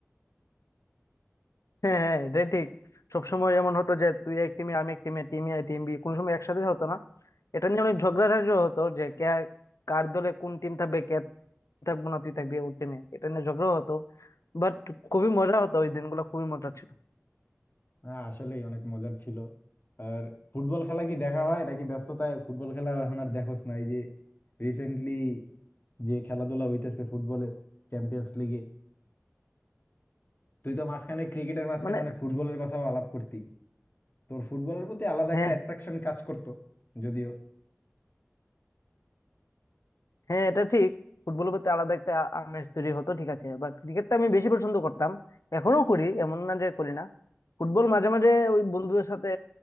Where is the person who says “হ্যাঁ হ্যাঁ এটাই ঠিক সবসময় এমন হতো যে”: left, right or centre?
Left